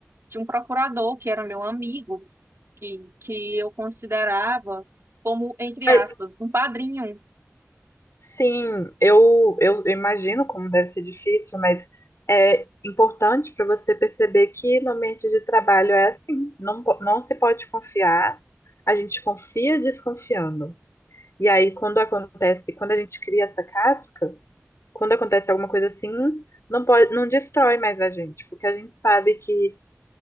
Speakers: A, on the right; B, on the left.
A: de um procurador que era meu amigo que, que eu considerava como, entre
B: Mas,
A: aspas, um padrinho.
B: sim, eu, eu imagino como deve ser difícil, mas é importante para você perceber que no ambiente de trabalho é assim, não, po- não se pode confiar, a gente confia desconfiando. E aí, quando acontece, quando a gente cria essa casca, quando acontece alguma coisa assim, não pode, não destrói mais a gente, porque a gente sabe que,